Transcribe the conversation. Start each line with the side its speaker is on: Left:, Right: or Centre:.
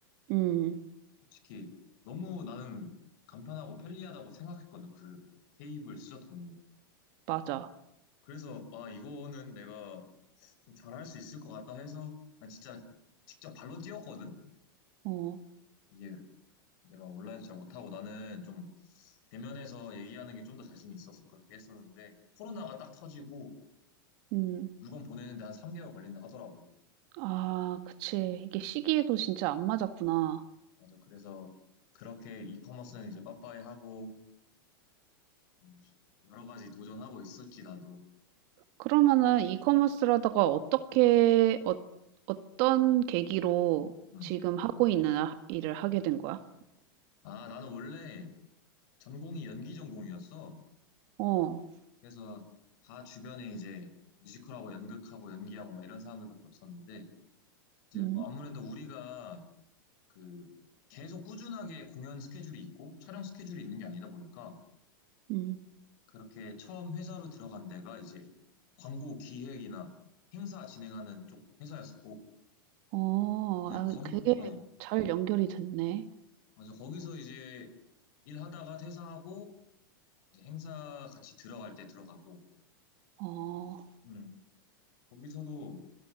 Right: 음.
Left: 솔직히 너무 나는 간편하고 편리하다고 생각했거든. 그 테이블 수저통이.
Right: 맞아.
Left: 그래서 아 이거는 내가 좀 잘할 수 있을 것 같다 해서 난 진짜 직접 발로 뛰었거든.
Right: 어.
Left: 이게 내가 온라인 잘 못하고 나는 좀 대면에서 얘기하는 게 좀 더 자신이 있어서 그렇게 했었는데 코로나가 딱 터지고
Right: 음.
Left: 물건 보내는데 한 3개월 걸린다 하더라고.
Right: 아 그치. 이게 시기에도 진짜 안 맞았구나.
Left: 맞아. 그래서 그렇게 이커머스는 이제 빠빠이 하고 뭐 여러 가지 도전하고 있었지 나도.
Right: 그러면은 이커머스라다가 어떻게 어, 어떤 계기로
Left: 응.
Right: 지금 하고 있는 하- 일을 하게 된 거야?
Left: 아 나는 원래 전공이 연기 전공이었어.
Right: 어.
Left: 그래서 다 주변에 이제 뮤지컬하고 연극하고 연기하고 막 이런 사람들밖에 없었는데 이제
Right: 음.
Left: 아무래도 우리가 그 계속 꾸준하게 공연 스케줄이 있고 촬영 스케줄이 있는 게 아니다 보니까
Right: 음.
Left: 그렇게 처음 회사로 들어간 데가 이제 광고 기획이나 행사 진행하는 쪽 회사였었고
Right: 어.
Left: 네,
Right: 아,
Left: 거기,
Right: 되게
Left: 어,
Right: 잘 연결이 됐네.
Left: 맞아. 거기서 이제 일하다가 퇴사하고 이제 행사 같이 들어갈 때 들어가고.
Right: 어.
Left: 음. 거기서도